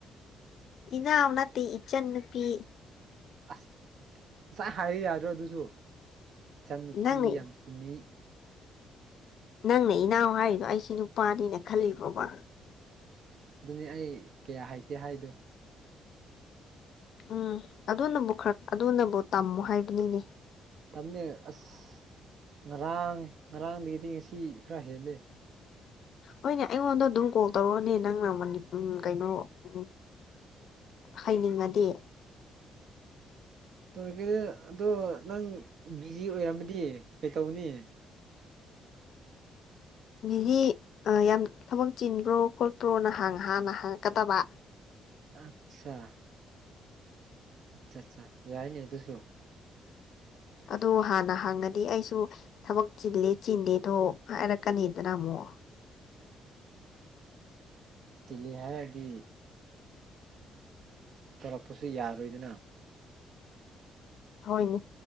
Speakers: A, on the left; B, on the right.
A: ꯏꯅꯥꯎ ꯅꯠꯇꯦ ꯏꯆꯟ ꯅꯨꯄꯤ
B: ꯑꯁ ꯉꯁꯥꯏ ꯍꯥꯏꯌꯨ ꯌꯥꯗꯣ ꯑꯗꯨꯁꯨ ꯏꯆꯪ ꯅꯨꯨꯄꯤ
A: ꯅꯪꯅ
B: ꯌꯥꯝ ꯆꯨꯝꯃꯤ
A: ꯅꯪꯅ ꯏꯅꯥꯎ ꯍꯥꯏꯔꯤꯗꯣ ꯑꯩꯁꯤ ꯅꯨꯄꯥꯅꯤꯅ ꯈꯜꯂꯤꯕ꯭ꯔꯣꯕ
B: ꯑꯗꯨꯅꯤ ꯑꯩ ꯀꯌꯥ ꯍꯩꯇꯦ ꯍꯥꯏꯗꯣ
A: ꯎꯝ ꯑꯗꯨꯅꯕꯨ ꯈꯔ ꯑꯗꯨꯅꯕꯨ ꯇꯝꯃꯨ ꯍꯥꯏꯕꯅꯤꯅꯦ
B: ꯇꯝꯅꯦ ꯑꯁ ꯉꯔꯥꯡ ꯉꯔꯥꯡꯗꯒꯤꯗꯤ ꯉꯁꯤ ꯈꯔ ꯍꯦꯜꯂꯦ
A: ꯍꯣꯏꯅꯦ ꯑꯩꯉꯣꯟꯗ ꯑꯗꯨꯝ ꯀꯣꯜ ꯇꯧꯔꯛꯑꯣꯅꯦ ꯅꯪꯅ ꯎ ꯀꯩꯅꯣ ꯎ ꯍꯩꯅꯤꯡꯉꯗꯤ
B: ꯇꯧꯔꯛꯀꯦ ꯑꯗꯣ ꯅꯪ ꯕꯤꯖꯤ ꯑꯣꯏꯔꯝꯃꯗꯤ ꯀꯩꯇꯧꯅꯤ
A: ꯗꯤ ꯌꯥꯝ ꯊꯕꯛ ꯆꯤꯟꯕ꯭ꯔꯣ ꯈꯣꯠꯄ꯭ꯔꯣ ꯅꯍꯥꯟꯍꯥꯟꯅ ꯍꯥꯡꯉꯛꯀꯗꯕ
B: ꯑꯠꯆ ꯑꯠꯆꯥ ꯑꯠꯆꯥ ꯌꯥꯏꯅꯦ ꯑꯗꯨꯁꯨ
A: ꯑꯗꯨ ꯍꯥꯟꯅ ꯍꯪꯉꯗꯤ ꯑꯩꯁꯨ ꯊꯕꯛ ꯆꯤꯂꯦ ꯆꯤꯟꯗꯦꯗꯣ ꯍꯥꯏꯔꯛꯀꯅꯤꯗꯅ ꯑꯃꯨꯛ
B: ꯆꯤꯟꯂꯤ ꯍꯥꯏꯔꯒꯗꯤ ꯇꯧꯔꯛꯄꯁꯨ ꯌꯥꯔꯣꯏꯗꯅ
A: ꯍꯣꯏꯅꯦ